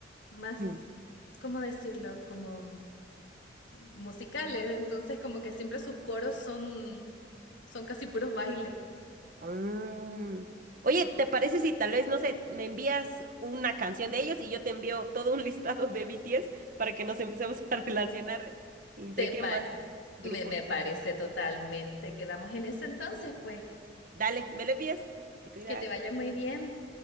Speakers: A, on the left; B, on the right.
A: más,
B: <clears throat>
A: ¿cómo decirlo? Como musicales, entonces como que siempre sus coros son, son casi puros bailes.
B: Mm. Oye, ¿te parece si tal vez, no sé, me envías una canción de ellos y yo te envío todo un <laughs> listado de BTS para que nos empecemos a <laughs> relacionar entre
A: Te
B: qué
A: pa-
B: más grupos?
A: me, me parece totalmente. Quedamos en ese entonces, pues,
B: Dale, me lo envías, te cuidas.
A: que te vaya muy bien.